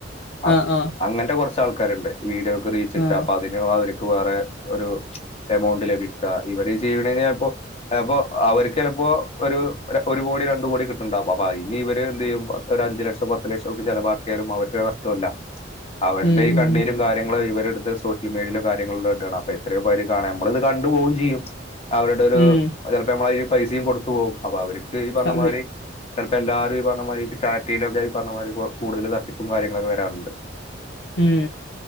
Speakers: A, on the left; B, on the left.
A: അ
B: ആഹ് ആഹ്
A: അങ്ങൻത്തെ കൊർച്ച് ആൾക്കാര്ണ്ട് വീടിയോക്ക് റീച്ച്ട്ട
B: ആഹ്
A: അപ്പൊ അതിന് അവർക്ക് വേറെ ഒരു കൗണ്ട് ലഭിക്ക ഇവര് ചെയ്യ്ണെയ്‌ന് ചെൽപ്പോ എൽപ്പൊ അവർക്കെൽപ്പൊ ഒരു അ ഒരു കോടി രൺ എ കോടി കിട്ടണ്ടാവും അപ്പ പയ്നിവര് എന്തിയ്യും ഒരു അഞ്ച് ലക്ഷൊ പത്ത് ലക്ഷൊർപ്യ ചെലവാക്ക്യാലും അവർക്ക് നഷ്ടോല്ല അവരുടെ
B: ഉം
A: ഈ കണ്ണീരും
B: ഉം
A: കാര്യങ്ങളും ഒയ് വ വെറ്തേ സോഷ്യൽ മീഡിയലെ കാര്യങ്ങള് ടാണ് അപ്പൊ ഇത്രീം പേര് കാണാൻ നമ്മളിത് കണ്ടു പോവും ചെയ്യും അവരുടെ ഒരു
B: ഉം
A: ചെൽപൊ ഞമ്മളെ ഈ പൈസീം കൊടുത്തു പോവും അപ്പൊ അവർക്ക് ഈ പർണ
B: അതെ
A: മാരി ചെൽപ്പോ എല്ലാരു ഈ പർണ മാരി പ്പ ചാര്റ്റീലൊക്കെ ഈ പർണ മാരി പ്പൊ കൂടുതല് തട്ടിപ്പും കാര്യങ്ങളൊക്കെ വരാറ്ണ്ട്
B: ഉം